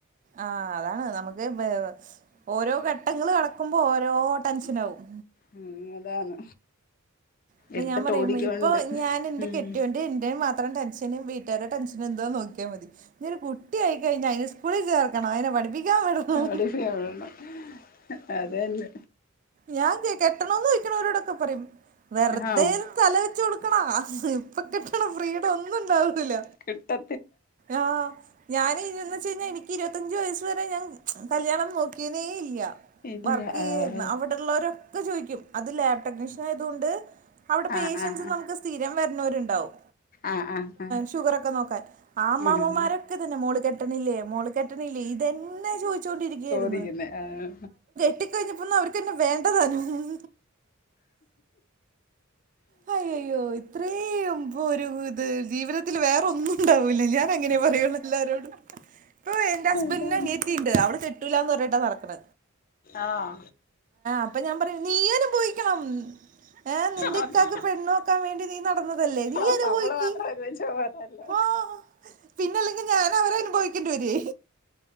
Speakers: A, on the right; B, on the left.
A: ആഹ് അതാണ് നമുക്ക് ഓരോ ഘട്ടങ്ങൾ കടക്കുമ്പോൾ ഓരോ ടെൻഷൻ ആകും.
B: ഉം അതാണ്
A: ഇപ്പ
B: എടുത്തിട്ട്
A: ഞാൻ പറയും
B: ഓടിക്കൊണ്ട്
A: ഇപ്പൊ ഞാൻ എന്റെ
B: ഉം
A: കെട്ടിയോണ്ട് എന്റെ മാത്രം ടെൻഷൻ വീട്ടിരേ ടെൻഷന് എന്തുവാന്ന് നോക്കിയാമതി ഞ്ഞിഒരു കുട്ടിയായിയി കഴിഞ്ഞ അതിനെ സ്കൂളിൽ ചേർക്കണം അതിനെ പഠിപ്പിക്കാൻ വിടണം
B: <unintelligible> അതന്നെ
A: ഞാൻ തെ കെട്ടണന്ന് ചോദിക്കണവരോടൊക്കെ പറയും വെറുതെ
B: ആഹ്
A: തല വെച്ചു കൊടുക്കണ ഇപ്പൊ കിട്ടണ ഫ്രീഡം ഒന്നും ഉണ്ടാവൂില്ല.
B: കിട്ട
A: ആഹ് ഞാന് ഇന്ന് വച്ചകഴിഞ്ഞ എനിക്ക് ഇരുപത്തഞ്ച് വയസ്സ് വരെ ഞാൻ കല്യാണം നോക്കിയതേ ഇല്യ
B: ഇല്ല
A: വർക്ക്
B: ആഹ്
A: ചെയാരുന്നു വടെ ഉള്ളരൊക്കെ ചോയിക്കും അത് ലാബ് ടെക്നീഷ്യൻ ആയതുകൊണ്ട് അവിടെ പേഷ്യൻസ്
B: ആഹ് ആഹ്
A: നമുക്ക് സ്ഥീരം വര്ണോരുണ്ടാവും
B: ആഹ് ആഹ് ആഹ്
A: ഷുഗറോക്കെ നോക്കാൻ ആ അമ്മമാരൊക്കെ
B: ആഹ്
A: തന്നെ മോള് കെട്ടണില്ലേ? മോള് കെട്ടണില്ലേ? ഇതെന്നെ ചോദിച്ചോൊണ്ടിരിക്കുകയായിരുന്നു.
B: ത് തന്നെ ആഹ്
A: കെട്ടി കഴിഞ്ഞപ്പോന്ന അവർക്ക്ന്നെ വേണ്ടതന്നും ഹയ ഹയ്യോ ഇത്രയും പോ ഒരു ഇത് ജീവിതത്തിൽ വേറൊന്നും ഇല്ല ഉണ്ടാവൂല്ല ഞാൻ അങ്ങനെ പറയുള്ളൂ എല്ലാരോടും പോ എന്റെ ഹസ്ബൻ്റിൻ്റെ
B: അതാണ്
A: അനിയതി ണ്ട് അവൾ കെട്ടൂല്ല എന്ന് പറഞ്ഞട്ടാ നടക്ക്ണ
B: ആഹ
A: അപ്പൊ ഞാൻ പറയും നീ അനുഭവിക്കണം ഏഹ് നിന്റെ
B: ആഹ്
A: ഇക്കാക്ക് പെണ്ണ് നോക്കാൻ വേണ്ടി നീ നടന്നതല്ലേ നീ
B: അതെ
A: അനുഭവിക്ക്
B: നമ്മള് മാത്രം അനുഭവിച്ച പോരാ. അല്ലേ?
A: ആഹ് പിന്നെ അല്ലെങ്കിൽ ഞാൻ അവരെ അനുഭവിക്കേണ്ടി വരുവേ